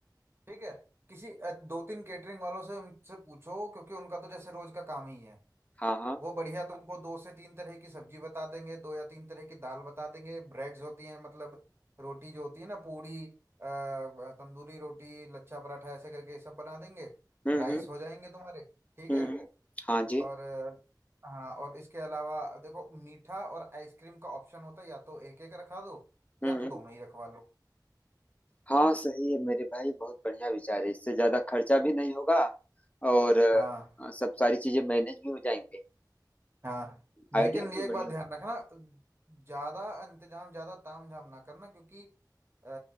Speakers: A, on the right (about 35°); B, on the left (about 20°).
A: ठीक है किसी अ, दो तीन केटरिंग वालों से उनसे पूछो क्योंकि उनका तो जैसे रोज का काम ही है
B: हाँ हाँ
A: वो बढ़िया तुमको दो से तीन तरह की सब्जी बता देंगे दो या तीन तरह की दाल बता देंगे ब्रेड्स होती हैं मतलब रोटी जो होती है ना पूड़ी अ, अ, तंदूरी रोटी लच्छा पराठा ऐसे करके सब बना देंगे
B: हम्म
A: राइस
B: हम्म
A: हो जाएंगे तुम्हारे ठीक
B: हम्म
A: है
B: हम्म, हाँ जी
A: और हाँ और इसके अलावा देखो मीठा और आइसक्रीम का ऑप्शन होता है या तो एक एक रखा दो या
B: हम्म
A: तो
B: हम्म
A: दोनों ही रखवा लो
B: हाँ सही है मेरे भाई बहुत बढ़िया विचार है इससे ज्यादा खर्चा भी नहीं होगा और अ,
A: हाँ
B: सब सारी चीजें मैनेज भी हो जाएंगे
A: हाँ
B: आइडिया
A: लेकिन ये
B: तो बढ़िया
A: एक बात ध्यान
B: है।
A: रखना ज्यादा इंतजाम ज्यादा तामझाम ना करना क्योंकि अ,